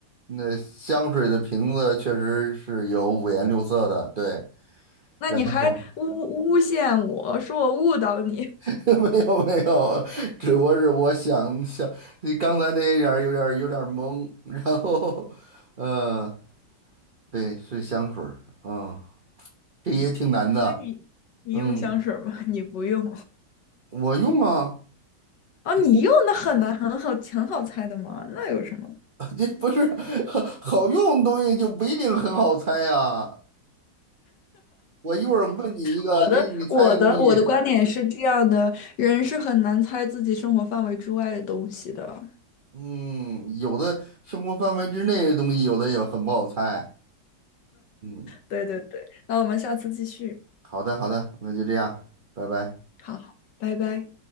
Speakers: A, on the right; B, on the left.
A: 那香水的瓶子确实是有五颜六色的，对。
B: 那你还诬诬陷我说我误导你，
A: 然后 <laughs> 没有没有，只不过是我想想，刚才那一点儿有点儿有点儿懵，<laughs> 然后，呃，对，是香水儿，嗯，这也挺难的，
B: <laughs> 所以你你用香水吗？
A: 嗯，
B: <laughs> 你不用
A: 我用啊，
B: 哦，
A: 只不过
B: 你用的很难很好挺好猜的嘛，那有什么？
A: <laughs> 这不是 <laughs> 好用的东西就不一定很好猜啊。我一会儿问你一个，
B: 我的我的我的观点是这样的，
A: 给你猜的东西，
B: 人是很难猜自己生活范围之外的东西的。
A: 嗯，有的生活范围之内的东西，有的也很不好猜，嗯，
B: 对对对，那我们下次继续。
A: 好的好的，那就这样，拜拜。
B: 好，拜拜。